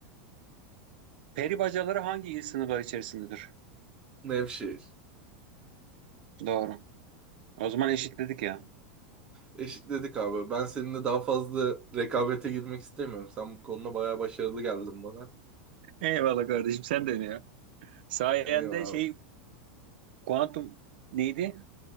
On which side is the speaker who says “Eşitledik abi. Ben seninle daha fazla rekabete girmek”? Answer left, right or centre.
Right